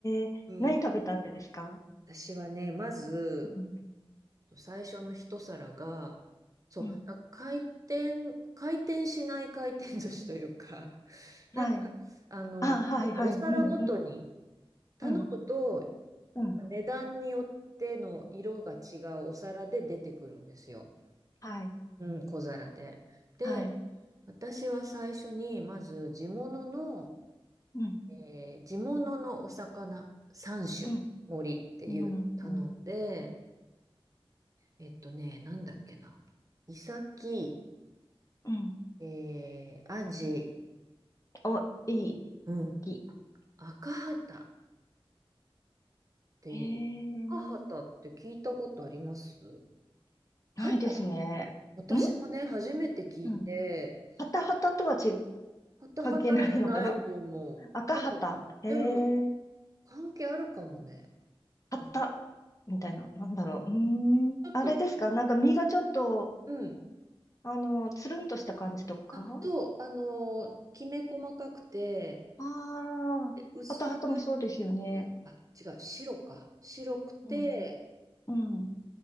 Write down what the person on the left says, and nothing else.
ー、
何食べたんですか
うん。
うん。
はい。
あ、はい、はい。
うん、うん、
うん、うん。
はい、
はい。
うん、
うん、うん、うん。
うん
お、いい、
いい。
えー、
ないですね。
ん
うん。ハタハタとはち、
関係ないのかな赤旗。
へえ、
旗。
みたいな。なんだろう。うーん。
あれですかなんか身がちょっと、
あの、つるんとした感じとか
ああー、
旗旗もそうですよね。
うん。うん。